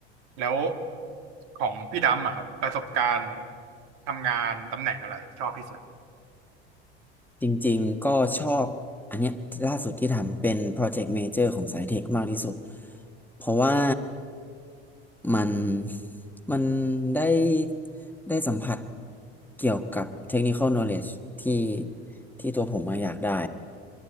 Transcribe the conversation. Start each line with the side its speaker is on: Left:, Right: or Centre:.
Right: แล้วของพี่ดำอะครับประสบการณ์ทำงานตำแหน่งอะไรชอบที่สุด
Centre: จริงๆ ก็ชอบอันเนี้ยล่าสุดที่ทำเป็นโปรเจกต์เมเจอร์ของสายเทคมากที่สุดเพราะว่ามันมันได้ได้สัมผัสเกี่ยวกับ technical knowledge ที่ที่ตัวผมมาอยากได้